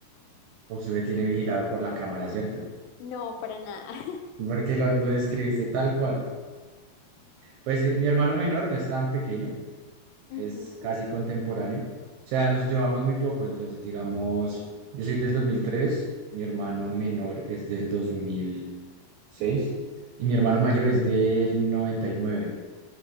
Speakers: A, on the right; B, on the left.
A: O se me tiene vigilado por la cámara, ¿cierto?
B: No, para nada. <laughs>
A: Porque lo, lo describiste tal cual. Pues eh, mi hermano menor no es tan pequeño, es
B: Ujú.
A: casi contemporáneo. O sea, nos llevamos muy poco. Entonces, digamos, yo soy del 2003. mi hermano menor es del dos mil. seis, y mi hermano mayor es del noventa y nueve